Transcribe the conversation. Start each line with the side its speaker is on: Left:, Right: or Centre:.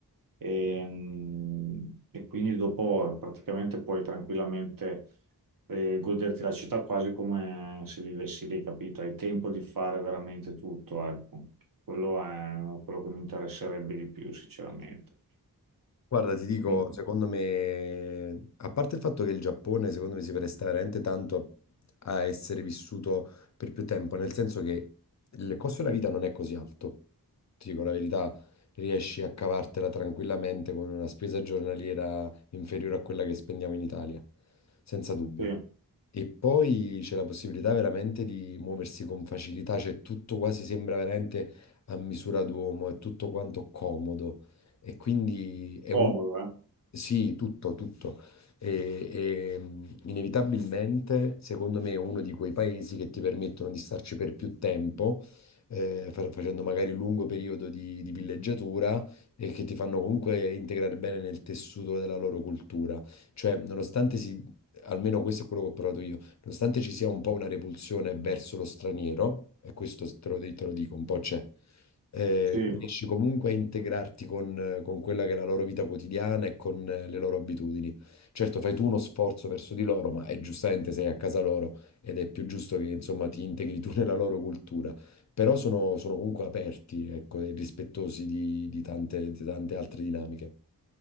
Right: e, mm, e quindi dopo praticamente puoi tranquillamente eh, goderti la città quasi come se vivessi lì, capito? Hai tempo di fare veramente tutto, ecco. Quello è quello che mi interesserebbe di più, sinceramente.
Left: Guarda, ti dico,
Right: Quindi,
Left: secondo me, a parte il fatto che il Giappone, secondo me, si presta veramente tanto a, a essere vissuto per più tempo, nel senso che il costo della vita non è così alto. Ti dico la verità, riesci a cavartela tranquillamente con una spesa giornaliera inferiore a quella che spendiamo in Italia, senza dubbio.
Right: sì,
Left: E poi c'è la possibilità veramente di muoversi con facilità, cioè tutto quasi sembra veramente a misura d'uomo, è tutto quanto comodo. E quindi è
Right: comodo,
Left: un...
Right: eh?
Left: Sì, tutto, tutto. E- e, mh, inevitabilmente, secondo me, è uno di quei paesi che ti permettono di starci per più tempo, eh, fa- facendo magari un lungo periodo di, di villeggiatura e che ti fanno comunque integrare bene nel tessuto della loro cultura. Cioè, nonostante si, almeno questo è quello che ho provato io, nonostante ci sia un po' una repulsione verso lo straniero, e questo te lo, te lo dico, un po' c'è eh,
Right: Sì.
Left: tu riesci comunque a integrarti con, con quella che è la loro vita quotidiana e con eh, le loro abitudini. Certo, fai tu uno sforzo verso di loro, ma è giustamente sei a casa loro ed è più giusto che insomma ti integri tu <laughs> nella loro cultura. Però sono, sono comunque aperti, ecco, e rispettosi di, di tante, di tante altre dinamiche